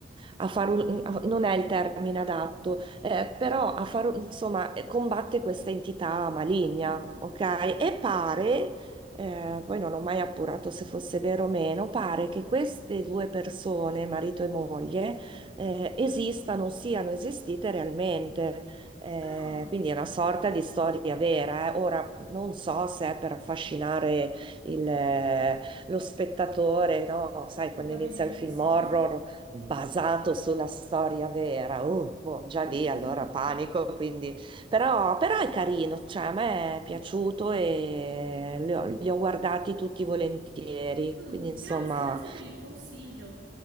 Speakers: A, on the right (about 30°); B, on the right (about 80°).
A: a fare un, a- non è il termine adatto, eh, però a fare, un- insomma, eh, combatte questa entità maligna,
B: mhm,
A: ok? E pare, eh, poi non ho mai appurato se fosse vero o meno, pare che queste due persone, marito e moglie, eh, esistano, siano esistite realmente. Eh,
B: ah,
A: quindi è una sorta di storia vera. eh. Ora non so se è per affascinare il, eh, lo spettatore, no? Sai,
B: probabilmente
A: quando inizia il film
B: sì.
A: horror basato sulla storia vera, uh, boh, già lì
B: <laughs>
A: allora panico. Quindi. Però, però è carino, cioè, a me è piaciuto e li ho, li ho guardati tutti volentieri.
B: Mm,
A: Quindi insomma,
B: grazie, grazie per il consiglio.